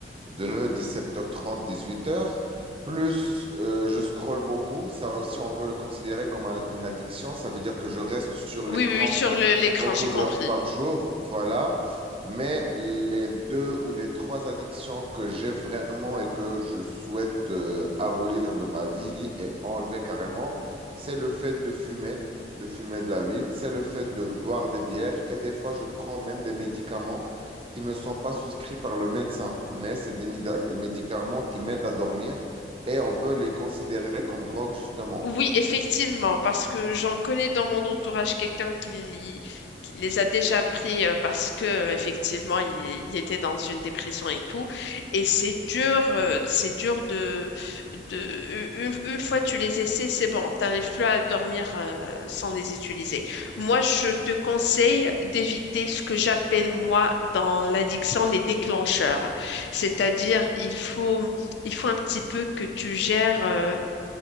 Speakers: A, on the right; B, on the left.
A: de 17h30, 18h. Plus, euh, je scrolle beaucoup. Ça aussi, on peut le considérer comme un- une addiction. Ça veut dire que je reste sur
B: Oui,
A: l'écran
B: oui, oui, sur le- l'écran,
A: beaucoup
B: j'ai compris.
A: d'heures par jour, voilà. Mais les deux ou les trois addictions que j'ai vraiment et que je souhaite euh, abolir de ma vie et enlever carrément, c'est le fait de fumer, de fumer de la weed, c'est le fait de boire des bières et des fois je prends même des médicaments qui ne me sont pas souscrits par le médecin, mais c'est des mida- médicaments qui m'aident à dormir et on peut les considérer comme drogue justement.
B: Oui, effectivement, parce que j'en connais dans mon entourage quelqu'un qui, qui les a déjà pris euh, parce que euh, effectivement il, il était dans une dépression et tout. Et c'est dur, euh, c'est dur de, de une, une fois tu les essaies, c'est bon, t'arrives plus à dormir euh, sans les utiliser. Moi, je te conseille d'éviter ce que j'appelle moi dans l'addiction les déclencheurs. C'est-à-dire, il faut, il faut un petit peu que tu gères. euh,